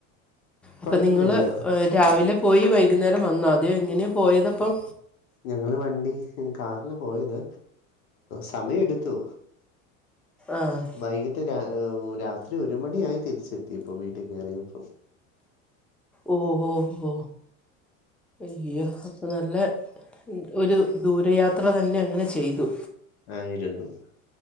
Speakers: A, in the centre; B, on the left (about 85°).
A: അപ്പം
B: കൊഴപ്പില്ല.
A: നിങ്ങൾ രാവിലെ പോയി വൈകുന്നേരം വന്നാൽ മതിയോ എങ്ങനെയാണ് പോയത്പ്പം.
B: ഞങ്ങള് വണ്ടി കാറിന് പോയത് സമയം എടുത്തു
A: ആഹ.
B: വൈകിട്ട് രാത്രി ഒരു മണിയായി തിരിച്ചെത്തിയപ്പോ വീട്ടിൽ കയറിയപ്പോ.
A: ഓഹോ ഹോ അയ്യോ അപ്പം നല്ല. ഒരു ദൂരയാത്ര തന്നെ അങ്ങനെ ചെയ്തു.
B: ആയിരുന്നു